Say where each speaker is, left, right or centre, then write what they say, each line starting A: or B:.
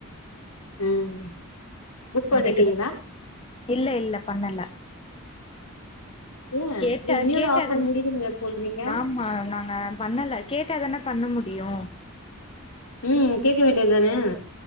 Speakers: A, on the left; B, on the left.
A: ம் புக் பண்ணிட்டீங்களா
B: அதுக்குதா இல்ல இல்ல பண்ணல
A: ஏ
B: கேட்ட
A: இல்ல இன்னையோட
B: கேட்ட
A: ஆஃபர்
B: தான
A: முடியுதுன்னு வேற சொல்றீங்க
B: ஆமா நாங்க பண்ணல கேட்டதான பண்ண முடியு
A: ம் கேட்க வேண்டியதுதானே